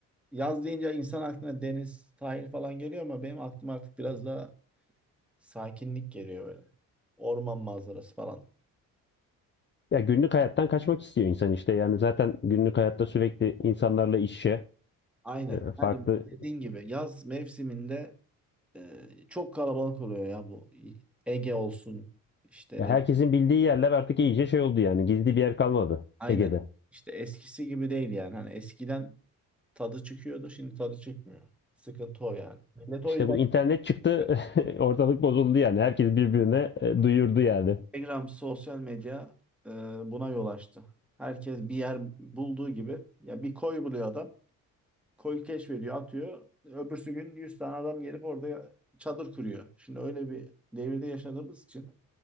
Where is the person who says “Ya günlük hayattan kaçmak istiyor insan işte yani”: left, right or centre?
Left